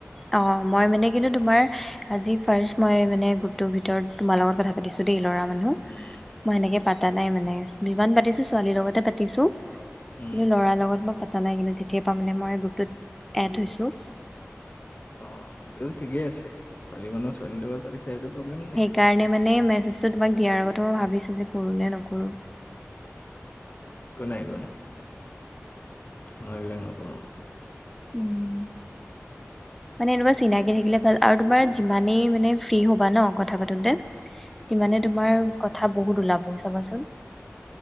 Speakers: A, in the centre; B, on the left.
A: অ মই মানে কিন্তু তোমাৰ আজি ফাৰ্ষ্ট মই মানে গ্ৰুপটোৰ ভিতৰত তোমাৰ লগত কথা পাতিছোঁ দেই ল'ৰা মানুহ,
B: উম
A: মই হেনেকে পাতা নাই মানে যিমান পাতিছো ছোৱালীৰ লগতে পাতিছো।
B: উম
A: কিন্ত লৰাৰ লগত মই পাতা নাই কিন্তু যেতিয়া পা মই গ্ৰুপটোত এড হৈছোঁ,
B: অ সেইটো ঠিকেই আছে ছোৱালী মানুহ ছোৱালীৰ লগত পাতিছে সেইটো প্ৰব্লেম নাই।
A: কাৰণে মানে মেছেজটো তোমাক দিয়াৰ আগতো ভাবিছোঁ যে কৰোঁ নে নকৰোঁ,
B: কো নাই একো নাই, মই এইবিলাক নকৰোঁ,
A: উম মানে এনেকুৱা চিনাকি থাকিলে ভাল আৰু তোমাৰ যিমানেই মানে ফ্ৰী হবা ন কথা পাতোতে, সিমানে তোমাৰ কথা বহুত ওলাব চাবাচোন।